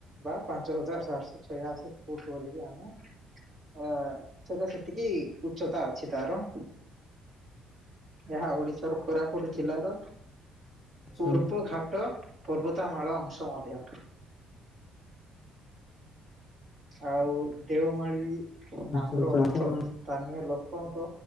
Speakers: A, on the right (about 30°); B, on the left (about 30°).
A: ବା ପାଞ୍ଚ ହଜାର ଚାରିଶହ ଛୟାଅଶୀ ଫୁଟ ବୋଲିକି ଆମେ ଅ ସେଇଟା ସେତିକି ଉଚ୍ଚତା ଅଛି ତାର। ଏହା ଓଡ଼ିଶାର କୋରାପୁଟ ଜିଲ୍ଲାର
B: ଆଚ୍ଛା
A: ପୂର୍ବ ଘାଟ ପର୍ବତ ମାଳ ଅଂଶ ମଧ୍ୟ। ଆଉ ଦେଓମାଳି ନାମର
B: ଆଚ୍ଛା ଆଚ୍ଛା
A: ଅର୍ଥ
B: ଆଉ କଣ
A: ସ୍ଥାନୀୟ ଲୋକଙ୍କ